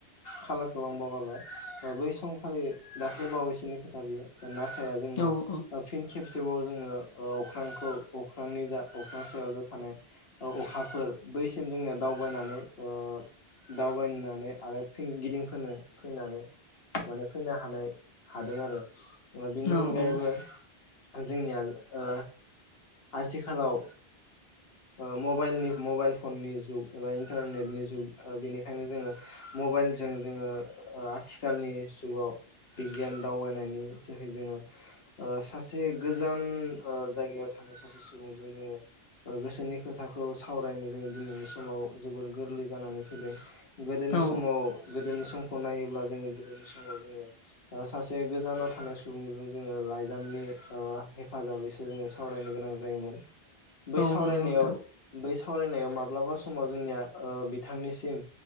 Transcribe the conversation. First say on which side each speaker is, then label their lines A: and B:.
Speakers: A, on the left (about 65°); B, on the left (about 40°).
A: खालारखौ आं बावगारबाय ओ बै समखालि दाख्लै बावैसोनि खोथा बियो ओ ना ओ जोंनिया
B: औ औ
A: ओ फिन खेबसेबाव जोङो ओ अख्रांखौ अख्रांनि जा अख्रां सायाव जा थानाय औ अखाफोर बैसिम जोंनिया दाउ दावबायनानै ओ दावबायनानै आर फिन गिदिंफिनो फैनानै माने फैनो हानाय हादों आरो ओ बेनि
B: औ
A: अनगायैबो जोंनिया आ आथिखालाव ओ मबाइलनि मबाइल फननि जुग एबा इन्टारनेटनि जुग ओ बेनिखायनो जोङो मबाइलजों जोङो ओ आथिखालनि जुगाव बिगियान दावबायनायनि जोहै जोङो ओ सासे गोजान ओ जायगायाव थानाय सासे सुबुंजों जोङो ओ गोसोनि खोथाखौ सावरायनो जोङो दिनैनि समाव जोबोर गोरलै जानानै फैदों गोदोनि
B: औ
A: समाव गोदोनि सम गनायोब्ला जोङो गोदोनि समाव जोङो ओ सासे गोजानाव थानाय सुबुंजों जोङो लाइजामनि ओ हेफाजाबैसो जोङो सावरायनो गोनां जायोमोन बै
B: औ
A: सावरायनायाव
B: नंगौ नोंथां
A: बै साव सावरायनायाव माब्लाबा समाव जोंनिया ओ‌ बिथांनिसिम